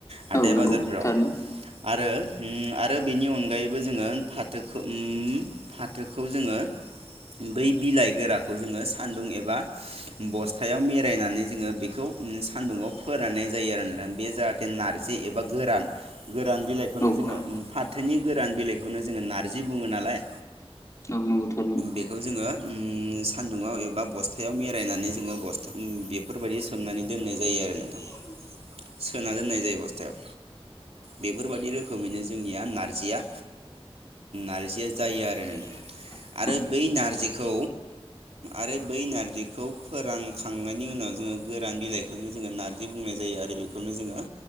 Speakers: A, on the right; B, on the left.
A: हाथाय
B: औ नंगौ
A: बाजारफ्राव।
B: थारैनो
A: आरो उम आरो बेनि अनगायैबो जोङो फाथोखौ फाथोखौ जोङो बै बिलाइ गोराखौ जोङो सान्दुं एबा बस्थायाव मेरायनानै जोङो बेखौ सान्दुङाव फोराननाय जायो आरो नोंथां। बे जाहाथे नारजि एबा गोरान गोरान बिलाइखौनो जोङो
B: औ औ
A: फाथोनि गोरान बिलाइखौनो जोङो नारजि बुङो नालाय,
B: औ नंगौ थारैनो
A: बेखौ जोङो सान्दुुंआव एबा बस्थायाव मेरायनानै जोङो बस बेफोरबायदि सोमनानै दोननाय जायो आरो नोंथां।
B: <unintelligible>
A: सोना दोननाय जायो बस्थायाव। बेफोरबायादि रोखोमैनो जोंनिया नारजिया, नारजिया जायो आरो।
B: <unintelligible>
A: आरो बै नारजिखौ आरो बै नारजिखौ फोरानखांनायनि उनाव जोङो गोरान बिलाइ बेखौनो जोङो नारजि बुंनाय जायो आरो बेखौनो जोङो